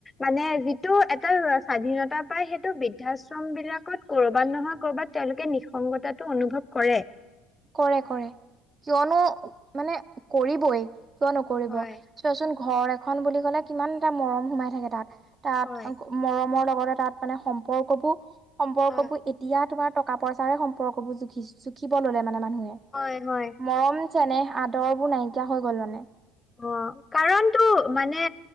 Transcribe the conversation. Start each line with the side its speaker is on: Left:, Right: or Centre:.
Left: মানে যিটো এটা স্বাধীনতা পাই সেইটো বৃদ্ধাশ্ৰম বিলাকত কৰবাত নহয় কৰবাত তেওঁলোকে নিঃসংগতাটো অনুভৱ কৰে
Right: কৰে কৰে কিয়নো মানে কৰিবই কিয় নকৰিব
Left: হয়
Right: চোৱাচোন ঘৰ এখন বুলি ক'লে কিমান এটা মৰম সোমাই থাকে তাত তাত
Left: হয়।
Right: মৰমৰ লগতে তাত মানে সম্পৰ্কবোৰ সম্পৰ্কবোৰ
Left: হয়
Right: এতিয়া তোমাৰ টকা পইচাৰে সম্পৰ্কবোৰ জুখি জুখিব ল'লে মানে মানুহে
Left: হয় হয়
Right: মৰম চেনেহ আদৰবোৰ নাইকিয়া হৈ গ'লানে
Left: অ কাৰণটো মানে